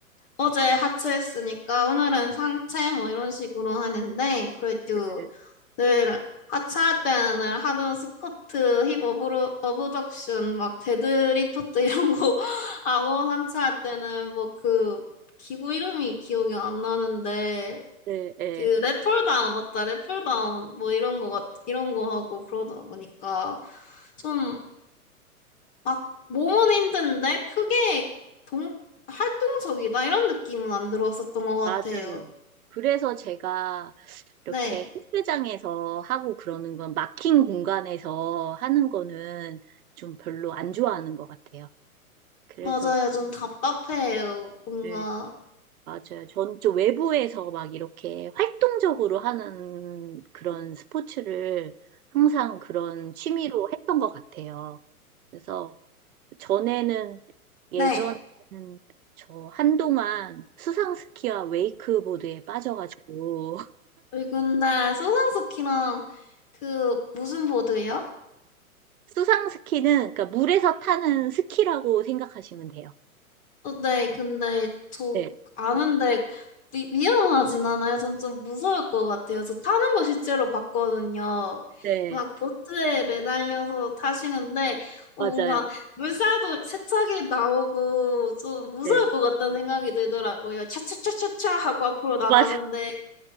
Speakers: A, on the left; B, on the right.
A: 어제 하체 했으니까 오늘은 상체 뭐 이런 식으로 하는데 그래도
B: 예,
A: 늘 하체할 때는 늘 하던 스쿼트, 힙 어브로, 어브덕션, 막 데드리프트 이런 거 <laughs> 하고 상체할 때는 뭐 그 기구 이름이 기억이 안 나는데
B: 예, 예.
A: 그랩플다운 맞다 랩플다운 뭐 이런 거 같, 이런 거 하고 그러다 보니까 좀 막 몸은 힘든데 크게 동 활동적이다 이런 느낌은 안 들어왔었던 것 같아요.
B: 맞아요. 그래서 제가 이렇게
A: 네
B: 헬스장에서 하고 그러는 건 막힌 공간에서 하는 거는 좀 별로 안 좋아하는 것 같아요. 그래서,
A: 맞아요 좀 답답해요 뭔가
B: 네, 맞아요. 전 좀 외부에서 막 이렇게 활동적으로 하는 그런 스포츠를 항상 그런 취미로 했던 것 같아요. 그래서 전에는 예전에는
A: 네.
B: 저 한동안 수상스키와 웨이크보드에 빠져가지고
A: 그 근데 소상스키랑 그 무슨 보드요?
B: 수상 스키는 그러니까 물에서 타는 스키라고 생각하시면 돼요.
A: 어, 네, 근데 저
B: 네,
A: 아는데 위, 위험하진 않아요. 전 좀 무서울 것 같아요. 저 타는 거 실제로 봤거든요.
B: 네,
A: 막 보트에 매달려서 타시는데 어,
B: 맞아요.
A: 뭔가 물살도 세차게 나오고 좀 무서울
B: 네,
A: 것 같다는 생각이 들더라고요. 차차차차차 하고 앞으로 나가는데
B: 맞아.